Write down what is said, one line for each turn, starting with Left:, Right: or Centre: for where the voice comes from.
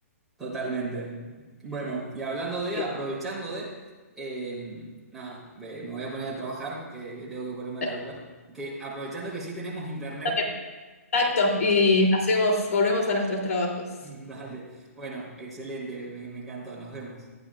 Centre: Totalmente. Bueno, y hablando de,
Left: Sí,
Centre: aprovechando de, eh, nada, ve, me voy a poner a trabajar, que, que tengo que ponerme a
Left: estamos
Centre: laburar. Que aprovechando que sí tenemos Internet.
Left: en Contacto y hacemos, volvemos a nuestros trabajos.
Centre: <laughs> Dale. Bueno, excelente, me, me encantó, nos vemos.